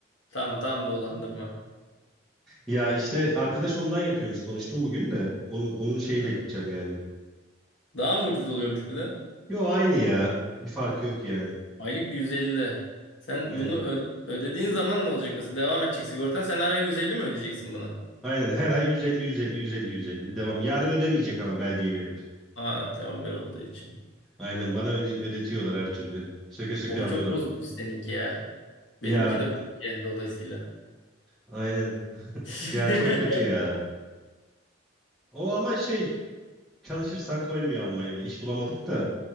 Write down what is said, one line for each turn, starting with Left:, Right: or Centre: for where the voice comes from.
Left: Tam tam dolandırma.
Centre: Ya işte arkadaş ondan yapıyormuş. Konuştum bugün de. Onun, onun şeyiyle
Left: Ha.
Centre: gideceğim yani.
Left: Daha mı ucuz oluyormuş bir de?
Centre: Yo aynı ya. Bir farkı yok yani.
Left: Aylık 150. Sen
Centre: Aynen.
Left: bunu öde- ödediğin zaman ne olacak? Mesela devam edecek sigortan. Sen her ay 150 mi ödeyeceksin buna?
Centre: Aynen her ay 150 150 150 150 devam. Yarın ödemeyecek ama belgeyi verip.
Left: Aa, tamam bir olduğu için.
Centre: Aynen bana öde- ödetiyorlar her türlü. Söke söke
Left: Baba
Centre: alıyorlar.
Left: çok bozukmuş seninki ya.
Centre: Ya
Left: Benimki de bozuk yani dolayısıyla.
Centre: Aynen.
Left: <laughs>
Centre: Ya çok kötü ya. O ama şey çalışırsan koymuyor Almanya'da. İş bulamadık da